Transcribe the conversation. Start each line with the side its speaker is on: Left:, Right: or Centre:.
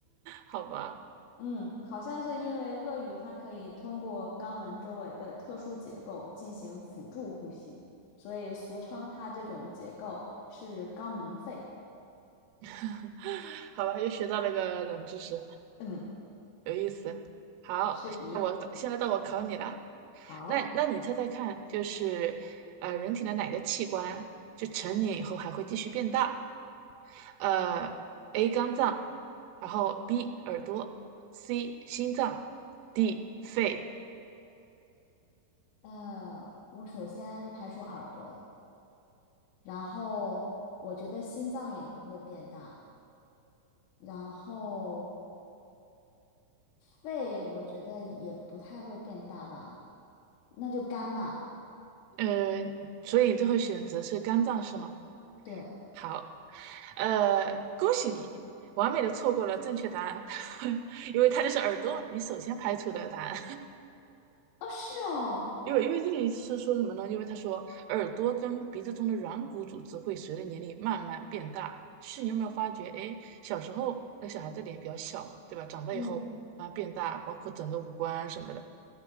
Right: 好吧，
Left: 嗯，好像是因为鳄鱼它可以通过肛门周围的特殊结构进行辅助呼吸，所以俗称它这种结构是肛门肺。
Right: <laughs> 好吧，又学到了一个冷知识。
Left: 嗯，
Right: 有意思。好，
Left: 是的。
Right: 我现在到我考你了。
Left: 好，
Right: 那那你猜猜看，就是呃，人体的哪个器官就成年以后还会继续变大？呃，A 肝脏，然后 B 耳朵，C 心脏，D 肺。
Left: 呃，我首先排除耳朵，然后我觉得心脏也不会变大，然后肺我觉得也不太会变大吧，那就肝吧。
Right: 呃，所以最后选择是肝脏是吗？
Left: 对，
Right: 好，呃，恭喜你，完美的错过了正确答案，<laughs> 因为它就是耳朵，你首先排除的答案。
Left: 哦，是哦，
Right: 因为因为这里是说什么呢？因为他说耳朵跟鼻子中的软骨组织会随着年龄慢慢变大。是你有没有发觉？哎，小时候那小孩子脸比较小嘛，对吧？长大以后啊变大，
Left: 嗯。
Right: 包括整个五官啊什么的，